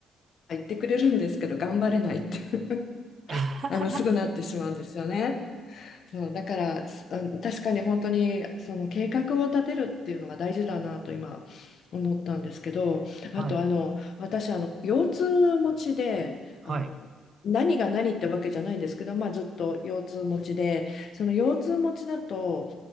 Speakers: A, on the left (about 60°); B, on the right (about 50°).
A: 言ってくれるんですけど、頑張れないって <laughs>
B: <laughs>
A: あの、すぐなってしまうんですよね。そう、だから、すあの確かに本当に、その計画を立てるっていうのが大事だなと今思ったんですけど、
B: はい。
A: あと、あの、私、あの、腰痛持ちで、
B: はい。
A: あの、何が何ってわけじゃないんですけど、まあ、ずっと腰痛持ちで、その腰痛持ちだと、